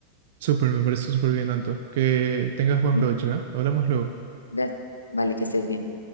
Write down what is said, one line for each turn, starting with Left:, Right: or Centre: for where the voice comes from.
Right: Súper, me parece súper bien, Anto. Que tengas buen
Left: Sí.
Right: provecho, ¿eh? Hablamos luego.
Left: Gracias. Vale, que estés bien.